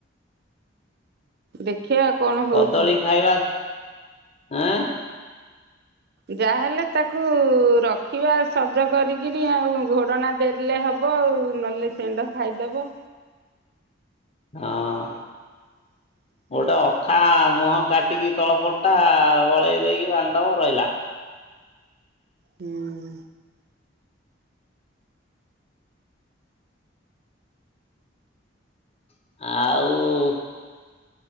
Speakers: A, on the right; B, on the left.
A: ଦେଖିଆ କଣ ହଉଛି
B: କଦଳୀ ଖାଇବା ଆଁ?
A: ଯାହାହେଲେ ତାକୁ ରଖିବା ସଜ କରିକିରି ଆଉ ଘୋଡ଼ଣା ଦେ ଇଏ ହବ ଆଉ ନହେଲେ ସେଣ୍ଡ ଖାଇଦବ।
B: ହଁ।
A: <inaudible>
B: ଗୋଟେ ଅଖା ମୁହଁ କାଟିକି ତଳପଟା ଗଳେଇ ଦେଇକି ବାନ୍ଧିଦବ ରହିଲା।
A: ହୁଁ।
B: ଆ-ଉ-ଉ